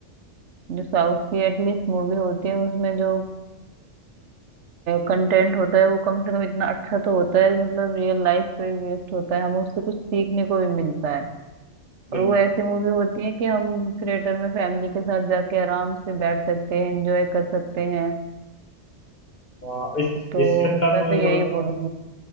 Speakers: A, on the right; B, on the left.
A: जो साउथ की एटलीस्ट मूवी होती है उसमें जो कंटेंट होता है वो कम से कम इतना अच्छा तो होता है मतलब रियल लाइफ पे बेस्ड होता है हमें उससे कुछ सीखने को भी मिलता है
B: बिल्कुल
A: और वो ऐसी मूवी होती है कि हम थिएटर में फैमिली के साथ जाके आराम से बैठ सकते हैं एंजॉय कर सकते हैं
B: आ, इस
A: तो
B: इससे अच्छा तो
A: मैं तो
B: मेरे
A: यही
B: को लगता
A: बोलूंगी
B: है